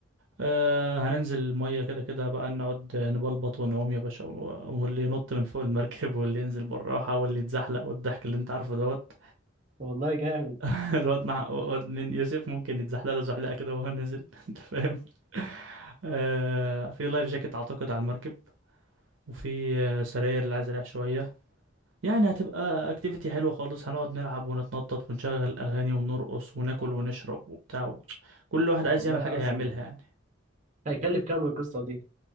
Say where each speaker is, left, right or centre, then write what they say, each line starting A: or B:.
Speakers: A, on the right; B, on the right.
A: آه، هننزل المية كده كده بقى نقعد نبلبط ونعوم يا باشا و- واللي ينط من فوق المركب واللي ينزل بالراحة واللي يتزحلق والضحك اللي انت عارفه دوت
B: والله جامد
A: <laughs> الواد مع الواد من يوسف ممكن يتزحلق له زحلقة كده وهو نازل <laughs> انت فاهم آه، في لايف جاكيت اعتقد على المركب وفي آه، سراير اللي عايز يريح شوية يعني هتبقى اكتيفيتي حلوة خالص هنقعد نلعب ونتنطط ونشغل اغاني ونرقص وناكل ونشرب وبتاع كل واحد
B: طب
A: عايز
B: والله
A: يعمل
B: عظمة
A: حاجة هيعملها يعني
B: هيكلف كام القصة دي